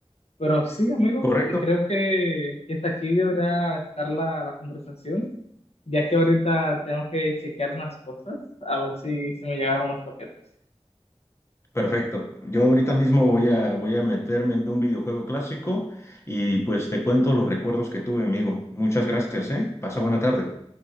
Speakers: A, on the left; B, on the left.
A: Pero sí, amigos,
B: Correcto.
A: creo que hasta aquí deberá estar la, la conversación, ya que ahorita tengo que chequear unas cosas, a ver si se me llegaron unos paquetes.
B: Perfecto. Yo ahorita mismo voy a, voy a meterme en un videojuego clásico y pues te cuento los recuerdos que tuve, amigo. Muchas gracias, ¿eh? Pasa buena tarde.